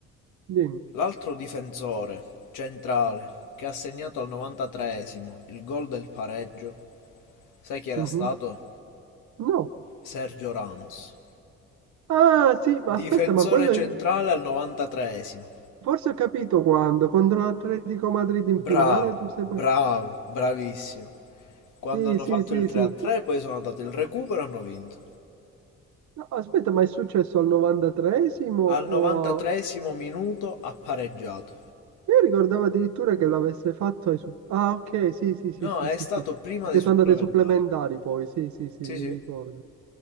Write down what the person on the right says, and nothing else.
Dimmi.
Mhm.
No.
Ah, sì, ma aspetta,
ma quello
è-
forse ho capito quando, contro l'Atletico Madrid in finale,
tu sei...
par-
Sì,
sì,
sì,
sì.
No, aspetta, ma è successo al 93esimo
o...
Io ricordavo addirittura che l'avesse fatto ai supp- Ah, ok, sì, sì, sì,
sì,
sì,
sì.
Perché
sono
andate ai supplementari poi, sì, sì, sì,
mi
ricordo.